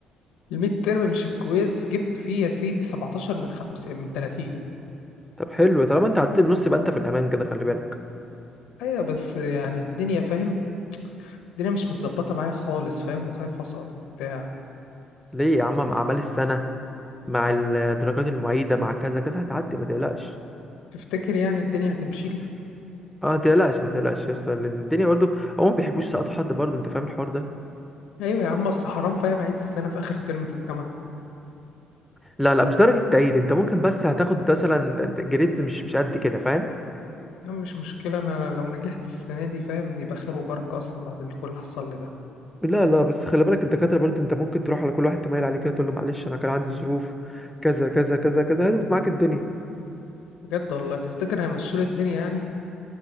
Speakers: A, on the left (about 85°); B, in the centre.
A: الميد ترم مش الكويز جبت فيه يا سيدي 17 من خمسة من 30
B: طب حلو طالما انت عديت النص يبقى انت في الامان كده خلي بالك
A: ايوه بس يعني الدنيا فاهم الدنيا مش متظبطة معايا خالص فاهم وخايف أسقط وبتاع
B: ليه يا عم مع اعمال السنه مع الدرجات المعيده مع كذا كذا هتعدي ما تقلقش
A: تفتكر يعني الدنيا هتمشي لي
B: اه ما تقلقش ما تقلقش يا اسطى لأن الدنيا برضو هما ما بيحبوش يسقطوا حد برضو انت فاهم الحوار ده
A: أيوة يا عم أصل حرام فاهم أعيد السنة في آخر ترم في الجامعة
B: لا لا مش درجه تعيين انت ممكن بس هتاخد مثلا جريدز مش مش قد كده فاهم
A: يا عم مش مشكلة أنا لو نجحت السنة دي فاهم يبقى خير وبركة أصلا بعد اللي كل اللي حصل لي ده
B: لا لا بس خلي بالك الدكاتره برضو انت ممكن تروح على كل واحد تميل عليه كده تقول له معلش انا كان عندي ظروف كذا كذا كذا كذا هتظبط معاك الدنيا
A: بجد والله تفتكر هيمشوا لي الدنيا يعني